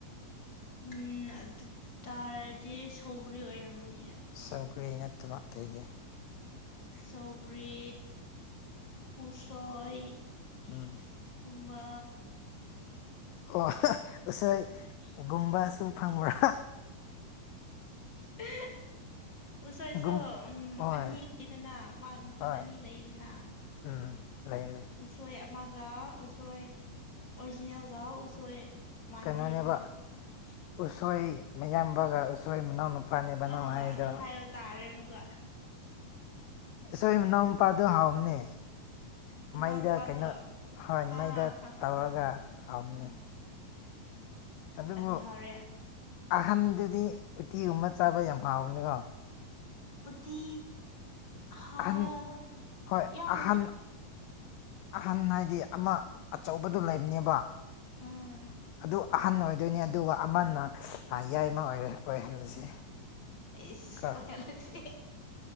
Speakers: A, on the left (about 35°); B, on the left (about 80°).
A: ꯎꯝ ꯑꯗꯨ ꯇꯥꯔꯗꯤ ꯁꯧꯒ꯭ꯔꯤ ꯑꯣꯏꯔꯝꯃꯅꯦ
B: ꯁꯪꯀ꯭ꯔꯤ ꯅꯠꯇꯕꯇꯩꯩꯗꯤꯦ
A: ꯁꯧꯒ꯭ꯔꯤ ꯎꯁꯣꯏ
B: ꯎꯝ
A: ꯀꯝꯕ
B: ꯑꯣ ꯎꯁꯣꯏ ꯒꯨꯝꯕꯁꯨ ꯐꯪꯕ꯭ꯔꯥ
A: ꯑ ꯎꯁꯣꯏꯁꯨ
B: ꯒꯨꯝ
A: ꯎ
B: ꯍꯣꯏ
A: ꯑꯅꯤ ꯂꯩꯗꯅ ꯃꯈꯜ
B: ꯍꯣꯏ
A: ꯑꯅꯤ ꯂꯩꯗꯅ
B: ꯎꯝ ꯂꯩ ꯂꯩ
A: ꯎꯁꯣꯏ ꯑꯃꯒ ꯎꯁꯣꯏ ꯑꯣꯔꯤꯖꯤꯅꯦꯜꯒ ꯎꯁꯣꯏ ꯃꯥꯟꯕꯤ
B: ꯀꯩꯅꯣꯅꯦꯕ
A: ꯑꯃ
B: ꯎꯁꯣꯏ ꯃꯌꯥꯝꯕꯒ ꯎꯁꯣꯏ ꯃꯅꯥꯎꯅꯨꯄꯥ ꯄꯥꯟꯅꯤ
A: ꯑꯥ
B: ꯅꯣ ꯍꯥꯏꯗ
A: ꯑꯗꯨ ꯍꯥꯏꯕ ꯇꯥꯔꯦ ꯑꯃꯨꯛꯀ
B: ꯁꯣꯏꯅꯥꯎ ꯃꯄꯥꯗꯣ ꯍꯥꯎꯕꯅꯦ
A: ꯃꯅꯥꯎ
B: ꯃꯩꯗ
A: ꯅꯨꯄꯥꯗꯣ
B: ꯀꯩꯅꯣ ꯍ
A: ꯑꯥ
B: ꯃꯩꯗ
A: ꯍꯥ ꯍꯥ
B: ꯇꯧꯔꯒ
A: ꯍꯥ
B: ꯍꯥꯎꯅꯤ
A: ꯎꯝ
B: ꯑꯗꯨꯕꯨ
A: ꯑꯗꯨ ꯍꯥꯎꯔꯦ
B: ꯑꯍꯟꯗꯨꯗꯤ ꯎꯇꯤꯒꯨꯝꯕ ꯆꯥꯕ ꯌꯥꯝ ꯍꯥꯎꯕꯅꯤꯀꯣ
A: ꯄꯨꯊꯤ ꯍꯥꯎꯋ
B: ꯑꯍꯟ
A: ꯌꯥꯗꯣ
B: ꯍꯣꯏ
A: ꯌꯥꯝ
B: ꯑꯍꯟ
A: ꯃ
B: ꯑꯍꯟ ꯍꯥꯏꯗꯤ ꯑꯃ ꯑꯆꯧꯕꯗꯨꯣ ꯂꯩꯕꯅꯦꯕ
A: ꯎꯝ
B: ꯑꯗꯨ ꯑꯍꯟ ꯑꯣꯏꯗꯣꯏꯅꯤ ꯑꯗꯨꯒ ꯑꯃꯅ ꯌꯥꯏꯃ ꯑꯣꯏꯔ ꯑꯣꯏꯍꯜꯂꯁꯦ
A: ꯑꯩꯁ
B: ꯀ
A: ꯑꯣꯏꯍꯜꯂꯁꯤ